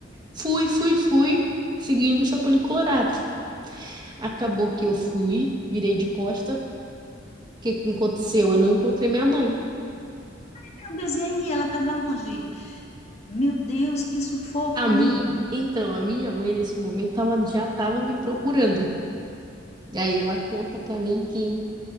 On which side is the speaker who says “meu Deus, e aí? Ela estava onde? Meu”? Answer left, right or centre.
Left